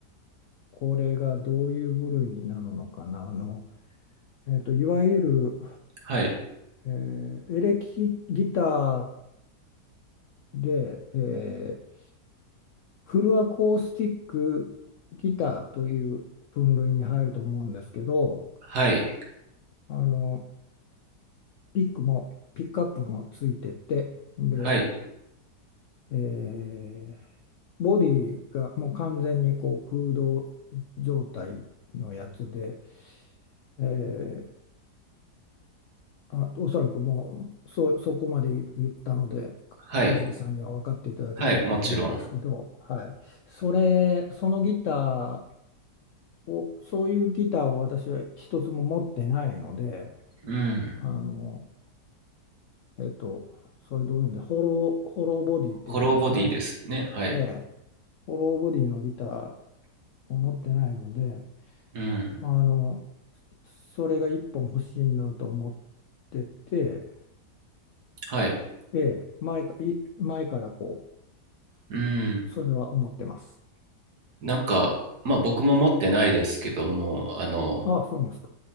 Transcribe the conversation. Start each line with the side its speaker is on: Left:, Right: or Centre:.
Left: これがどういう部類なのかな。あの、えっと、いわゆる、
Right: はい、
Left: えーエレキギターで、えーフルアコースティックギターという分類に入ると思うんですけど、
Right: はい、
Left: あの、ピックも、ピックアップもついてて、で、
Right: はい、
Left: えーボディがもう完全にこう空洞状態のやつで、えーあ、おそらくもうそ、そこまで言ったので、
Right: はい、
Left: 和樹さんには分かっていただけてると思うんですけど、
Right: はい、もちろん。
Left: はい、それ、そのギターを、そういうギターを私は一つも持ってないので、
Right: うん。
Left: あの、えっと、それどういうんで、ホロー、ホローボディっていうんですかね、
Right: ホローボディですね。はい。
Left: ええ、ホローボディのギターを持ってないので、
Right: うん。
Left: あの、それが一本欲しいなと思ってて、
Right: はい。
Left: ええ、前か、い、前からこ
Right: うん。
Left: う、それは思ってます。
Right: なんか、まあ、僕も持ってないですけども、あの、
Left: ああ、そうなんですか。